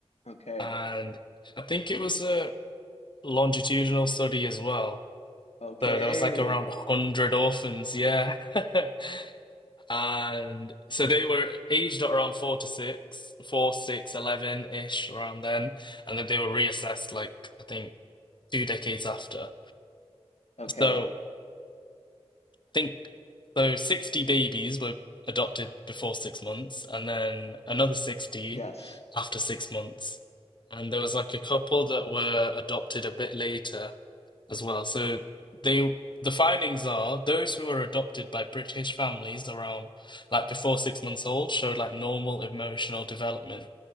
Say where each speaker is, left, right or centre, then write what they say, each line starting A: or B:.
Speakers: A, on the left (about 70°); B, on the left (about 45°).
A: Okay.
B: And I think it was a longitudinal study as well.
A: Okay.
B: So there was like around 100 orphans, yeah. <laughs> And so they were aged at around four to six, four, six, eleven six, 11-ish around then. And then they were reassessed like, I think, two decades after.
A: Okay.
B: So I think so 60 babies were adopted before six months, and then another 60
A: Yes.
B: after six months. And there was like a couple that were adopted a bit later as well. So they the findings are those who were adopted by British families around like before six months old showed like normal emotional development.